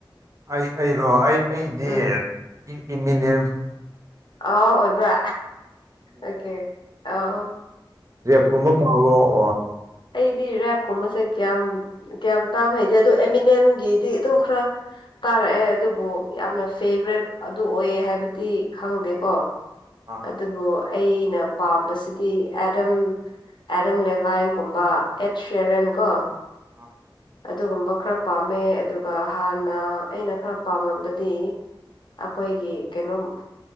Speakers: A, on the right; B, on the left.
A: ꯑꯩ ꯑꯩꯔꯣ? ꯑꯩ ꯑꯩꯗꯤ
B: ꯎꯝ
A: ꯏꯃꯤꯅꯦꯝꯁ
B: ꯑꯥꯎ ꯑꯣꯏꯕ꯭ꯔꯥ ꯑꯣꯀꯦ ꯑꯥꯎ
A: ꯔꯦꯞ ꯀꯨꯝꯕ ꯄꯥꯕꯑꯣ
B: ꯑꯩꯗꯤ ꯔꯦꯞꯀꯨꯝꯕꯁꯦ ꯀꯌꯥꯝ ꯀꯌꯥꯝ ꯇꯥꯕ ꯍꯩꯇꯦ ꯑꯗꯨ ꯑꯦꯃꯤꯅꯝꯒꯤꯗꯤ ꯑꯗꯨꯝ ꯈꯔ ꯇꯥꯔꯛꯑꯦ ꯑꯗꯨꯕꯨ ꯌꯥꯝꯅ ꯐꯦꯚꯔꯦꯠ ꯑꯗꯨ ꯑꯣꯏꯌꯦ ꯍꯥꯏꯕꯗꯤ ꯈꯪꯗꯦꯀꯣ
A: ꯑꯥ
B: ꯑꯗꯨꯕꯨ ꯑꯩꯅ ꯄꯥꯝꯕꯁꯤꯗꯤ ꯑꯦꯗꯝ ꯑꯦꯗꯝ ꯂꯦꯕꯥꯏꯟ ꯀꯨꯝꯕ ꯑꯦꯗ ꯁꯦꯔꯦꯟ ꯀꯣ
A: ꯑ
B: ꯑꯗꯨꯒꯨꯝꯕ ꯈꯔ ꯄꯥꯝꯃꯦ ꯑꯗꯨꯒ ꯍꯥꯟꯅ ꯑꯩꯅ ꯈꯔ ꯄꯥꯝꯔꯝꯕꯗꯤ ꯑꯩꯈꯣꯏꯒꯤ ꯀꯩꯅꯣꯝ